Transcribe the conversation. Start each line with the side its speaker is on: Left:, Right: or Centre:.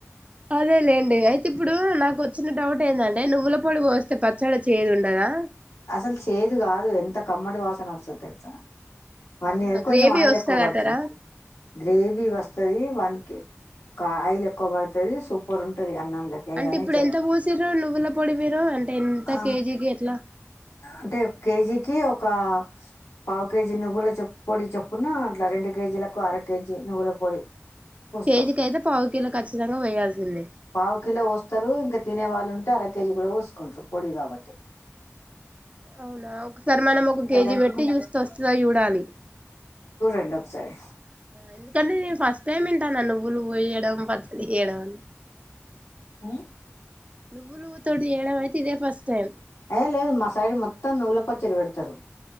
Right: అదేలేండి అయితే ఇప్పుడు నాకు వచ్చిన డౌట్ ఏందంటే నువ్వుల ఇప్పుడు పోస్తే పచ్చడి చేయదు ఉండదా
Left: అసలు చేదు కాదు ఎంత కమ్మటి వాసన వస్తది తెలుస వన్
Right: అవునా
Left: ఇయర్ కొంచెం
Right: గ్రేవీ
Left: ఆయిల్
Right: వస్తదంటారా
Left: ఎక్కువ పడుతుంది గ్రేవీ వస్తది వన్ కే ఒక ఆయిల్ ఎక్కువ పడుతది సూపర్ ఉంటది అన్నంలకే
Right: అంటే
Left: అని
Right: ఇప్పుడు
Left: చెప్
Right: ఎంత పోసిరు నువ్వుల పొడి మీరు అంటే ఎంత
Left: ఆ
Right: కేజీకి ఎట్లా
Left: అంటే ఒక కేజీకి ఒక పావు కేజీ నువ్వుల చే పొడి చొప్పున అట్లా రెండు కేజీలకు అర కేజీ నువ్వుల పొడి పోస్తాం
Right: కేజీకియితే పావు కిలో ఖచ్చితంగా వేయాల్సిందే
Left: పావు కిలో పోస్తారు ఇంకా తినే వాళ్ళుంటే అర కేజీ కూడా పోసుకుంట్రు పొడి కాబటి
Right: అవునా ఒకసారి మనం ఒక కేజీ
Left: కలుపుకొని
Right: పెట్టి చూస్త వస్తుందా చూడాలి
Left: డి ఒకసారి
Right: ఎందుకంటే నేను ఫస్ట్ టైమ్ వింటా నా నువ్వులు కోయడం పచ్చడిడం
Left: మ్
Right: నువ్వులు తోటి చేయడం ఐతే ఇదే ఫస్ట్ టైం
Left: ఏ లేదు మా సైడ్ మొత్తం నువ్వుల పచ్చడి పెడుతారు